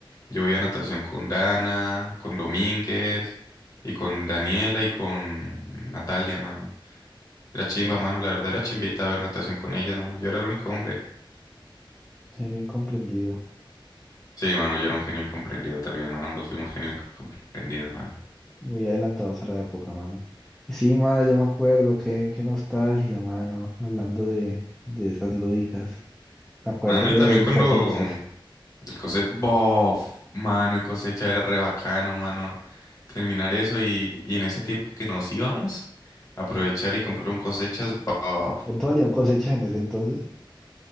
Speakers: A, on the left (about 40°); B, in the centre.
A: Yo voy a natación con Dana, con Domínguez y con Daniela y con Natalia, mano. Era chimba,
B: Eh,
A: mano, la verdad era chimbita ver natación con ellas, mano. Yo era el único hombre.
B: Soy un incomprendido,
A: Sí, mano, yo era un genio incomprendido también, mano. Ambos fuimos genios incomprendidos, mano.
B: muy adelantados a la época, mano. Y sí, mano, yo me acuerdo, qué, qué nostalgia, mano, hablando de, de esas lúdicas. Me acuerdo
A: Mano, y
B: del
A: también cuando
B: cosechas.
A: el cose bof, mano, el cosecha era re bacano, mano. Terminar eso y, y en ese tiempo que nos íbamos, aprovechar y comprar un cosechas, bof.
B: ¿Cuánto valía un cosechas en ese entonces?